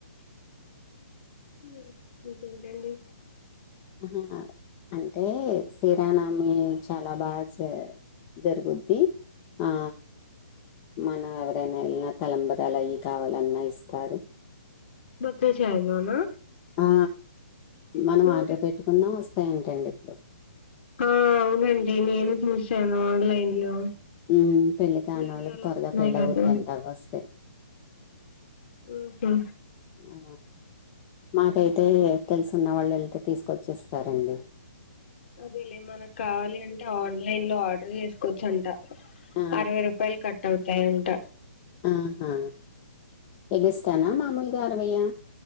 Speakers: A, on the left; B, on the left.
A: మ్ ఇంకేంటండి
B: ఆ హా అంటే శ్రీరామనవమి చాలా బాగా జ జరుగుద్ది ఆ మనం ఎవరైనా వెళ్లిన తలంబరాలు అవి కావాలన్నా ఇస్తారు
A: భద్రాచలం లో నా
B: ఆ మనం
A: ఊరి
B: ఆర్డర్ పెట్టుకున్నా వస్తాయంటండి ఇప్పుడు
A: ఆ అవునండి నేను చూసాను ఆన్లైన్ లో
B: ఉ పెళ్ళకానీవాళ్ళకి
A: వీడియోలు
B: త్వరగా
A: వస్తున్నాయి
B: పెళ్ళి
A: కదా
B: అవుద్దంట అవ్వొస్తే
A: ఉ హా
B: ఆ! మాకైతే తెలుసున్న వాళ్ళు వెళ్తే తీసుకొచ్చేస్తారండి
A: అదే లే మనకు కావాలి అంటే ఆన్లైన్ లో ఆర్డర్ చేసుకోవచ్చు అంట
B: ఆ!
A: అరవై రూపాయలు కట్ అవుతాయంట
B: ఆహా ఎగిస్తానా మామూలుగా అరవై ఏనా